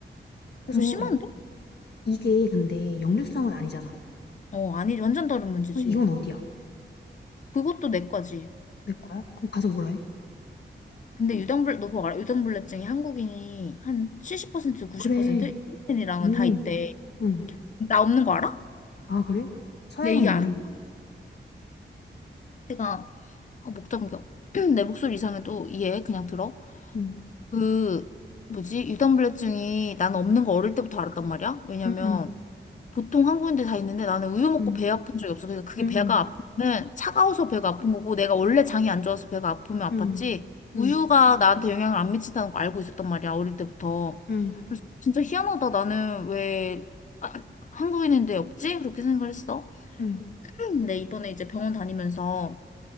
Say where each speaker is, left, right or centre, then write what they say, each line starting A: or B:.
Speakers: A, on the left; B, on the left.
A: 그래서
B: 그럼 심한데?
A: 이게 근데 역류성은 아니잖아.
B: 어, 아니, 완전 다른 문제지.
A: 그럼 이건 어디야?
B: 그것도 내과지
A: 내 거야? 그럼 가서 뭐라 해?
B: 근데 유당불, 너 그거 알아? 유당불내증이 한국인이 한 70%, 90%?
A: 그래.
B: 이인이랑은
A: 응,
B: 다 있대.
A: 응.
B: 나 없는 거 알아?
A: 아, 그래? 서양인이네.
B: 근데 이게 안, 내가 아, 목 잠겨. <clears throat> 내 목소리 이상해도 이해해. 그냥 들어.
A: 응,
B: 그, 뭐지? 유당불내증이 나는 없는 거 어릴 때부터 알았단 말이야. 왜냐면
A: 응, 응,
B: 보통 한국인들 다 있는데 나는 우유 먹고
A: 응,
B: 배 아픈 적이 없어. 그러니까 그게
A: 응,
B: 배가 아프면 차가워서 배가 아픈 거고 내가 원래 장이 안 좋아서 배가 아프면
A: 응,
B: 아팠지.
A: 응,
B: 우유가 나한테 영향을 안 미친다는 거 알고 있었단 말이야. 어릴 때부터.
A: 응,
B: 그래서 진짜 희한하다. 나는 왜 아, 한국인인데 없지? 그렇게 생각을 했어.
A: 응,
B: <clears throat> 근데 이번에 이제 병원 다니면서